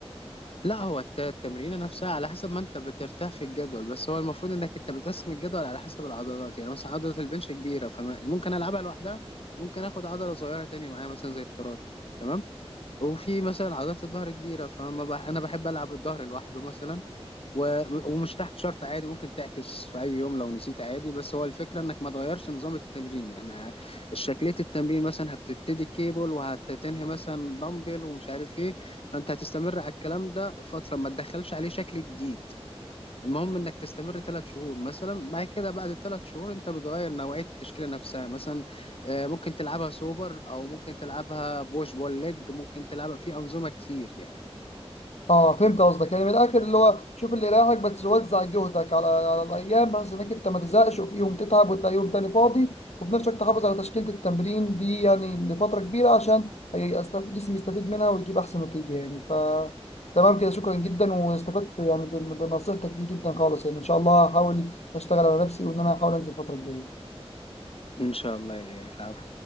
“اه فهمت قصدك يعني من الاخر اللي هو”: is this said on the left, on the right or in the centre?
Left